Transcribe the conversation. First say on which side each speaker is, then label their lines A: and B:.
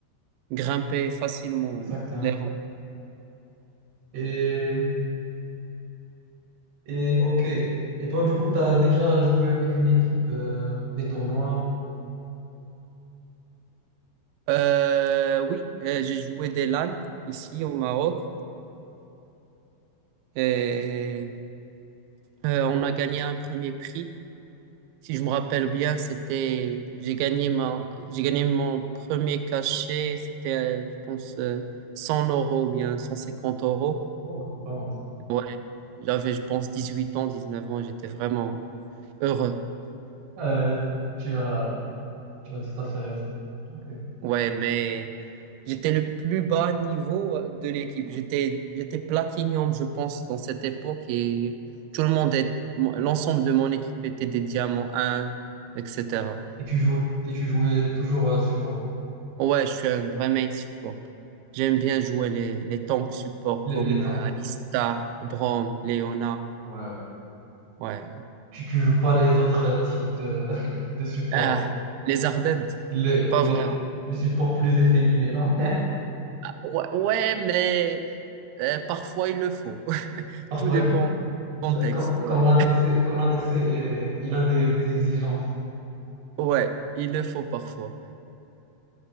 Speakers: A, on the right (about 85°); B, on the right (about 70°).
A: grimper facilement
B: Exactement.
A: les rangs.
B: Et, et ok. Et toi, du coup, tu as déjà joué avec une équipe, euh, des tournois.
A: Euh, oui, euh, j'ai joué des LAN ici au Maroc et euh, on a gagné un premier prix. Si je me rappelle bien, c'était, j'ai gagné ma, j'ai gagné mon premier cachet, c'était, euh, je pense, euh, 100 euros ou bien 150 euros.
B: Bon, bah, c'est pas mal.
A: Ouais, j'avais, je pense, 18 ans, 19 ans, et j'étais vraiment heureux.
B: Euh, tu as, tu as tout à fait raison. Ok.
A: Ouais, mais j'étais le plus bas niveau euh, de l'équipe. J'étais, j'étais platinum, je pense, dans cette époque et tout le monde est, l'ensemble de mon équipe était des diamants 1, etc.
B: Et tu joues, et tu jouais toujours euh, support,
A: Ouais, je suis un vrai main support. J'aime bien jouer les, les tanks support
B: les,
A: comme
B: les tanks.
A: euh, Alistar, Braum, Leona.
B: Ouais, ouais.
A: Ouais.
B: Tu, tu joues pas les autres euh, types de, <laughs> de supports.
A: Ah, les Ardentes.
B: les,
A: Pas
B: les,
A: vrai.
B: les supports plus efféminés, là.
A: Ouais, ouais, mais euh, parfois il le faut. <laughs>
B: <laughs> Parfois,
A: Tout dépend
B: il-
A: du contexte.
B: la- quand,
A: Ouais.
B: quand l'ADC, quand l'ADC est- il a des, des exigences.
A: Ouais, il le faut parfois.